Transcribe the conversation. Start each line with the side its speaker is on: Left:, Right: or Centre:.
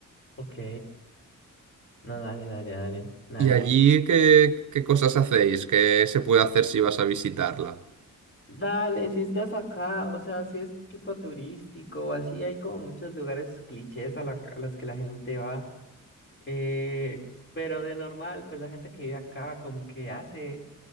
Left: Ok. No, dale, dale, dale.
Right: <laughs>
Left: Nice.
Right: ¿Y allí qué, qué cosas hacéis? ¿Qué se puede hacer si vas a visitarla?
Left: Dale, si estás acá, o sea, si es tipo turístico o así, hay como muchos lugares clichés a, la que- a los que la gente va. eh, pero de normal, pues la gente que vive acá como que hace,